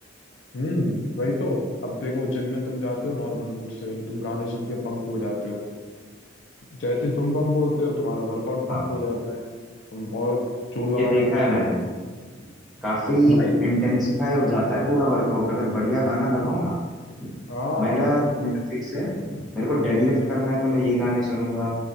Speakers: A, on the left (about 65°); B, in the centre.
A: हम्म वही तो अब देखो जिम में तुम जाते हो नॉर्मल मूड से तुम गाने सुन के पंप हो जाते हो जैसे तुम पंप होते हो तुम्हारा वर्कआउट पंप
B: हाँ
A: हो जाता है तुम और जोर
B: ये
A: लगाने
B: देखा
A: लगते
B: है मैंने
A: हो
B: काफी
A: तो भाई
B: इंटेंसिफाई हो जाता है पूरा वर्कआउट अगर बढ़िया गाना लगाओ ना
A: हाँ
B: मेरा मेरा फिक्स है मेरे को डेडलिफ्ट
A: हम्म
B: करना है तो मैं ये गाने सुनूंगा